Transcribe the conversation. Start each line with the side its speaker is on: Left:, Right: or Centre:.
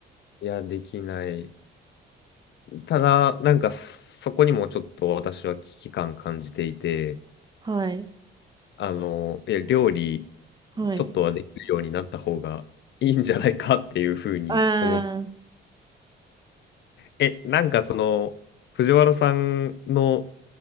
Left: いや、できない。ただ、なんかそこにもちょっと私は危機感感じていて、
Right: はい。
Left: あの、いや、料理
Right: はい。
Left: ちょっとはできるようになった方がいいんじゃないかっていうふうに思って、
Right: ああ、
Left: え、なんかその、藤原さんの